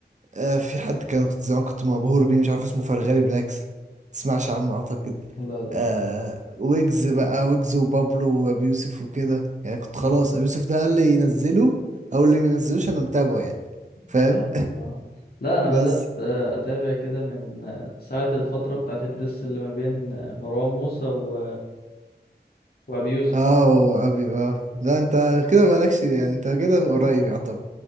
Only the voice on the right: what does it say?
آه في حد كان كنت زمان كنت مبهور بيه مش عارف اسمه فرغالي بالعكس تسمعش عنه اعتقد
آه ويجز بقى ويجز وبابلو وابي يوسف وكده يعني كنت خلاص
ابي يوسف ده اللي ينزله او اللي ما ينزلوش انا متابعه يعني فاهم
<laughs>
بس
اه وابي اه لا انت كده مالكش يعني انت كده من قريب يعتبر